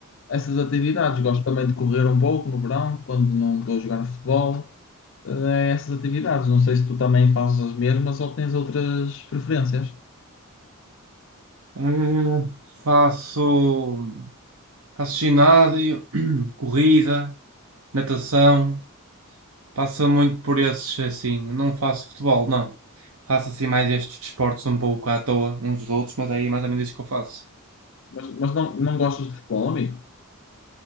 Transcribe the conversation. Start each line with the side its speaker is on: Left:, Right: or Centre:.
Left: essas atividades. Gosto também de correr um pouco no verão, quando não estou a jogar futebol. Eh, é essas atividades. Não sei se tu também fazes as mesmas ou tens outras preferências.
Right: Hum, faço, faço ginásio, corrida, natação, passa muito por esses assim. Não faço futebol, não. Faço assim mais estes desportos um pouco à toa, uns dos outros, mas aí é mais ou menos isso que eu faço.
Left: Mas, mas não, não gostas de futebol, amigo?